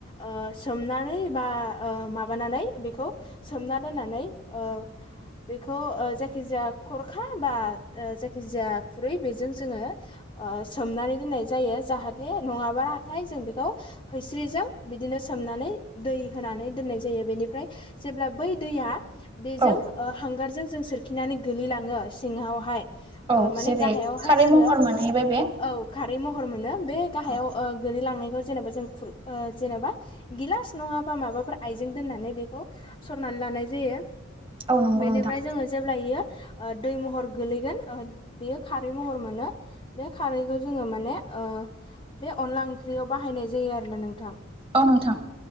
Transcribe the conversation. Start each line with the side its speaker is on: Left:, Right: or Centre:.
Left: ओ सोमनानै बा ओ माबानानै बेखौ सोमना दोननानै ओ बेखौ ओ जायखिजाया खरखा बा ओ जायखिजाया खुरै बेजों जोङो ओ सोमनानै दोननाय जायो जाहाथे नङाबाराथाय जों बेखौ हैैस्रिजों बिदिनो सोमनानै दै होनानै दोननाय जायो बेनिफ्राय जेब्ला बै दैया बेजों
Right: औ
Left: ओ हांगारजों जों सोरख खिनानै गोलैलाङो सिङावहाय
Right: औ
Left: ओ माने
Right: जेरै
Left: गाहायावहाय
Right: खारै
Left: जोङो
Right: महर मोनहैबाय बे
Left: औ खारै महर मोनो बे गाहायाव
Right: औ
Left: ओग गोलै लांनायखौ जेनोबा जों खुर ओ जेनोबा गिलास नंङाबा माबाफोरा बिदिनो दोन्नानै बेखौ सरनानै लानाय जायो
Right: औ नंगौ
Left: बेनिफ्राय
Right: नोंथां
Left: जोङो जेब्लायो ओ दै महर गोलैगोन ओ बेयो खारै महर मोनो। बे खारैखौ जोङो माने ओ बे अनला ओंख्रियाव बाहायनाय जायो आरोना नोंथां।
Right: अ नोंथां